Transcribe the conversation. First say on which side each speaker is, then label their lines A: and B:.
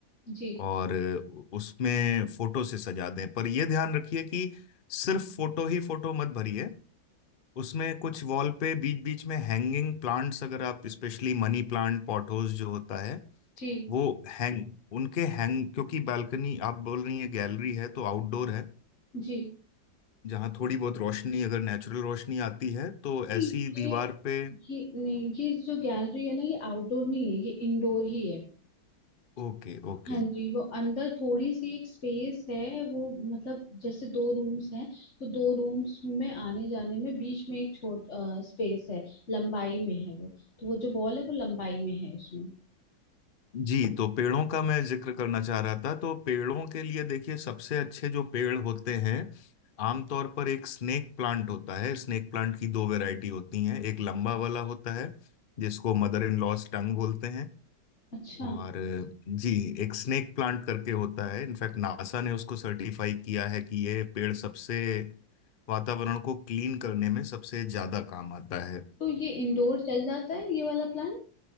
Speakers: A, on the left; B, on the left.
A: जी
B: और उसमें फोटो से सजा दें पर यह ध्यान रखिए कि सिर्फ फोटो ही फोटो मत भरिए उसमें कुछ वॉल पे बीच बीच में हैंगिंग प्लांट्स अगर आप स्पेशली मनी प्लांट पॉटोज जो होता है
A: जी
B: वो हैंग उनके हैंग क्योंकि बालकनी आप बोल रही हैं गैलरी है तो आउटडोर है
A: जी
B: जहाँ थोड़ी बहुत रोशनी अगर नेचुरल रोशनी आती है तो
A: ये
B: ऐसी दीवार पे
A: ये नहीं ये जो गैलरी है ना ये आउटडोर नहीं है ये इंडोर ही है
B: Okay okay
A: हाँ जी वो अंदर थोड़ी सी एक स्पेस है वो मतलब जैसे दो रूम्स हैं तो दो रूम्स में आने जाने में बीच में एक छोट स्पेस है लंबाई में है वो तो वो जो वॉल है वो लंबाई में है उसमें
B: जी तो पेड़ों का मैं जिक्र करना चाह रहा था तो पेड़ों के लिए देखिए सबसे अच्छे जो पेड़ होते हैं आमतौर पर एक स्नेक प्लांट होता है स्नेक प्लांट की दो वैरायटी होती हैं एक लंबा वाला होता है जिसको मदर इन लॉस टंग बोलते हैं
A: अच्छा
B: और जी एक स्नेक प्लांट करके होता है इनफैक्ट नासा ने उसको सर्टिफाई किया है कि यह पेड़ सबसे वातावरण को क्लीन करने में सबसे ज्यादा काम आता है
A: तो ये इंडोर चल जाता है ये वाला प्लान